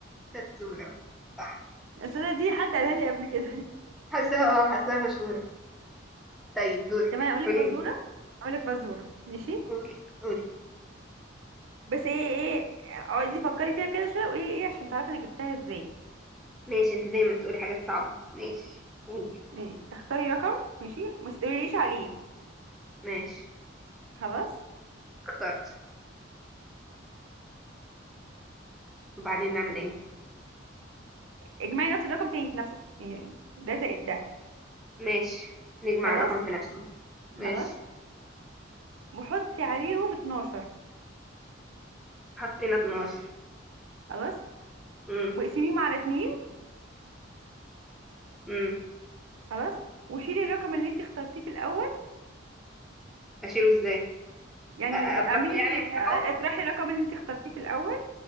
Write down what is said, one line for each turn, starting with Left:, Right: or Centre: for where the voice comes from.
Centre: ستونة صح
Right: اصل أنا دي حد قالها لي قبل كده
Centre: حاساها اه حاساها مشهورة طيب
Right: <laughs>
Centre: دورك
Right: طب انا اقول لك
Centre: قوليلي
Right: فزورة اقول لك فزورة ماشي
Centre: قولي قولي
Right: بس ايه ايه اقعدي فكري فيها كده شوية وايه ايه عشان تعرفي انا جبتها ازاي
Centre: ماشي انت دايما تقولي حاجات صعبة ماشي قولي
Right: ماشي. اختاري رقم ماشي ما تقوليليش عليه
Centre: ماشي
Right: خلاص
Centre: اخترت وبعدين نعمل ايه
Right: اجمعي نفس الرقم تاني في نفسه يعني ده زائد ده
Centre: ماشي نجمع
Right: خلاص
Centre: الرقم في نفسه ماشي
Right: خلاص وحطي عليهم 12
Centre: حطينا 12
Right: خلاص
Centre: امم
Right: واقسميهم على اتنين
Centre: امم
Right: خلاص وشيلي الرقم اللي انت اخترتيه في الاول
Centre: اشيله ازاي
Right: يعني
Centre: أ- أ- اطرحه
Right: اعملي
Centre: يعني اطرحه
Right: اطرحي الرقم اللي انت اخترتيه في الاول